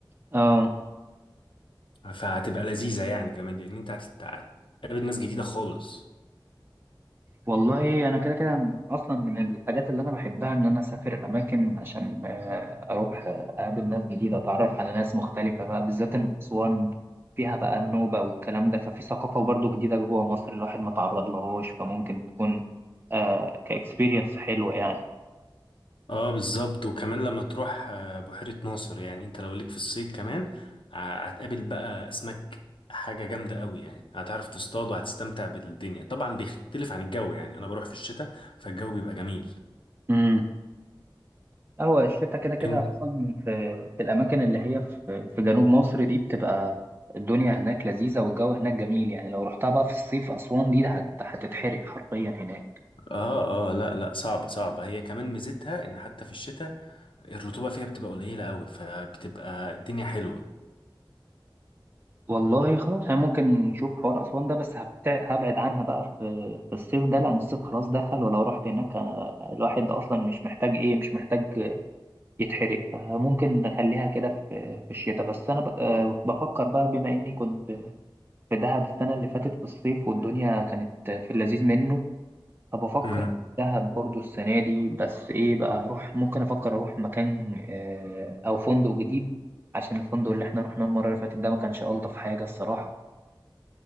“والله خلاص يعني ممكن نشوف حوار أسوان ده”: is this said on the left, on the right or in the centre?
Right